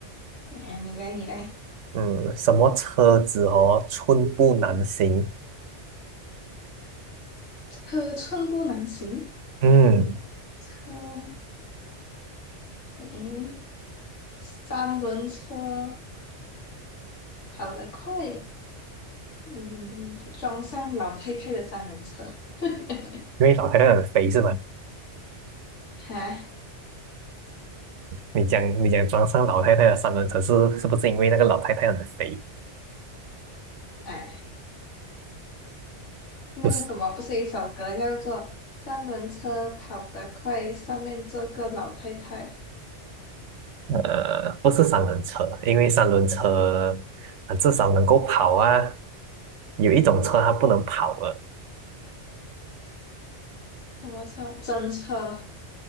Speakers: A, on the left; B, on the right.
A: 哎，你来，你来，
B: 嗯，什么车子哦，寸步难行。
A: 车寸步难行，
B: 嗯，
A: 车，嗯，三轮车跑得快，嗯，撞上老太太的三轮车，<laughs>
B: 因为老太太很肥是吗？
A: 哈，
B: 你讲你讲装上老太太的三轮车是是不是因为那个老太太很肥？
A: 哎，那个什么，
B: 不是，
A: 不是一首歌叫做《三轮车跑得快》，上面坐个老太太，
B: 呃，不是三轮车，因为三轮车啊至少能够跑啊，有一种车它不能跑了。
A: 什么车？真车，